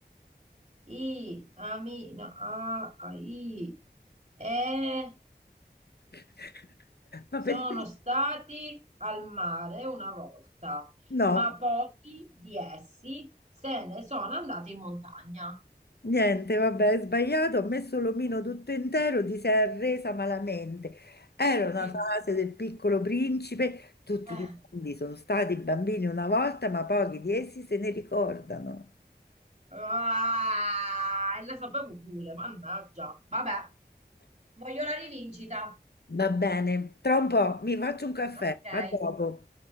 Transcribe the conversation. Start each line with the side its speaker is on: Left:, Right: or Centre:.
Right: i, ami, no, a, a- i, e...
Left: <laughs> Ma
Right: Sono
Left: perché?
Right: stati al mare una volta,
Left: No,
Right: ma pochi di essi se ne sono andati in montagna.
Left: niente, vabbè, hai sbagliato, ho messo l'omino tutto intero, ti sei arresa malamente. Era una
Right: Sì.
Left: fase del piccolo principe, tutti
Right: Eh.
Left: i grandi sono stati bambini una volta, ma pochi di essi se ne ricordano.
Right: Ah, e la sapevo pure, mannaggia. Vabbè, voglio la rivincita.
Left: Va bene, tra un po' mi faccio un caffè,
Right: Ok.
Left: a dopo.